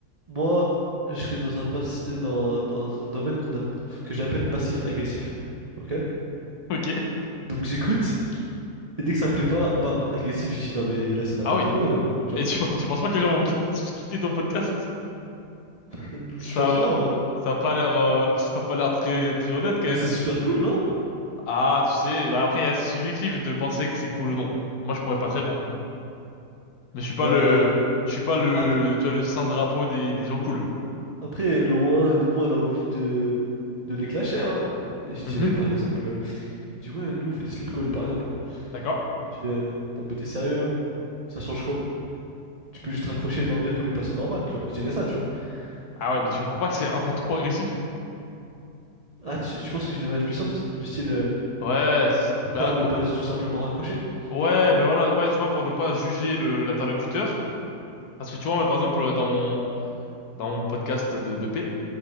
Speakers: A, on the right; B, on the left.
A: Moi, je serais dans un passi- dans, dans un domaine qu'on app- que j'appelle passif-agressif. Ok?
B: Ok.
A: Donc j'écoute, et dès que ça me plaît pas, bam, agressif, je dis non mais là c'est n'importe
B: Ah oui.
A: quoi, euh, tu
B: Et
A: vois.
B: tu, tu penses pas que les gens vont qui- quitter ton podcast?
A: <laughs>
B: Ça,
A: Je pense pas, ouais.
B: ça a pas l'air, euh, <laughs> ça a pas l'air très, très honnête
A: Euh,
B: quand
A: Mais
B: même.
A: c'est super cool, non?
B: Ah, tu sais, bah après, il y a- c'est subjectif de penser que c'est cool ou non. Moi, je pourrais pas te répondre. Mais je suis
A: Bah,
B: pas le, je suis pas le,
A: ap-
B: tu vois, le saint drapeau des, des gens cool.
A: après, loin de moi l'envie de, de les clasher, hein. Et Je
B: Mhm.
A: dirais par exemple, euh, il me dit ouais, nous on fait des sleep calls par exemple. hein.
B: D'accord.
A: Je dis euh, non mais t'es sérieux là? Ça change quoi? Tu peux juste raccrocher et dormir comme une personne normale, tu vois. Je dirais ça, tu vois.
B: Ah ouais,
A: Bon.
B: mais tu trouves pas que c'est un peu trop agressif?
A: Ah, tu, tu penses que je devrais être plus soft? Du style, euh,
B: Ouais, c'est-
A: pourquoi
B: bah,
A: ne
B: oh,
A: pas tout simplement raccrocher?
B: ouais,
A: Je dirais,
B: ben voilà, ouais, tu vois, pour ne pas juger le, l'interlocuteur. Parce que tu vois, moi, par exemple, dans mon, dans mon podcast de, de paix,